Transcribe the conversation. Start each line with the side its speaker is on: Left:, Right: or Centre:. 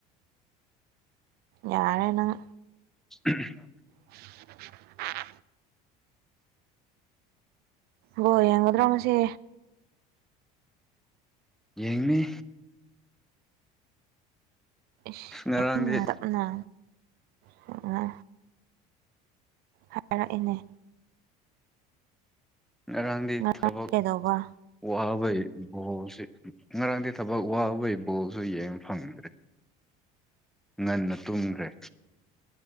Right: ꯌꯥꯔꯦ ꯅꯪ
Centre: ꯎꯝ ꯍꯝ
Right: <inaudible> ꯕꯣꯜ ꯌꯦꯡꯒꯗ꯭ꯔꯣ ꯉꯁꯤ
Centre: ꯌꯦꯡꯅꯤ
Right: ꯏꯁ
Centre: ꯉꯔꯥꯡꯗꯤ
Right: ꯏꯪꯅ ꯇꯞꯅ ꯍꯣꯏꯃ ꯍꯥꯏꯔꯛꯏꯅꯦ
Centre: ꯉꯔꯥꯡꯗꯤ
Right: ꯉꯔꯥꯡ
Centre: ꯊꯕꯛ
Right: ꯀꯩꯗꯧꯕ
Centre: ꯋꯥ ꯕꯩ ꯕꯣꯜꯁꯤ ꯉꯔꯥꯡꯗꯤ ꯊꯕꯛ ꯋꯥꯔꯨꯕꯩ ꯕꯣꯜꯁꯨ ꯌꯦꯡꯕ ꯐꯪꯗ꯭ꯔꯦ ꯉꯟꯅ ꯇꯨꯝꯈ꯭ꯔꯦ